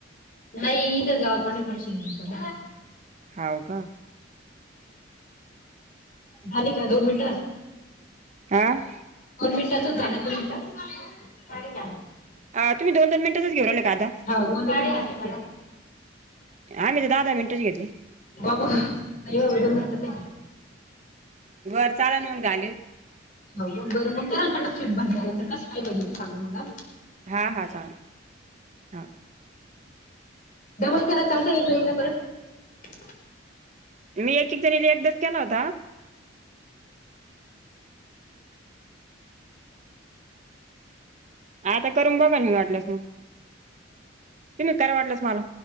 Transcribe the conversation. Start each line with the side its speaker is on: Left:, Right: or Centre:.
Left: नाही इथं गावा पाशी <unintelligible>
Right: हाव का
Left: झाली का, दोन मिनिट झाली?
Right: आ,
Left: दोन मिनिटाच झाली, दोन मिनिटं?
Right: आ, तुम्ही दोन दोन मिनिटचच घेऊ राहिला का आता?
Left: हा दोन दोन मिनिटाचच झालं
Right: आम्ही तर दहा- दहा मिनिटांची घेतली.
Left: बाबो एक दोन मिनिटांचे ये की
Right: बरं चालंन मग झाले.
Left: हो बरं मग भरल्यानंतर कसं काय भरलं सांग मला.
Right: हां, हां चालंल हा.
Left: डबल केला तर चालत एक जणीला परत?
Right: मी एक- एक जणीला एकदाच केला होता. आता करून बघा नी वाटल्यास मग, तुम्ही करा वाटल्यास मला.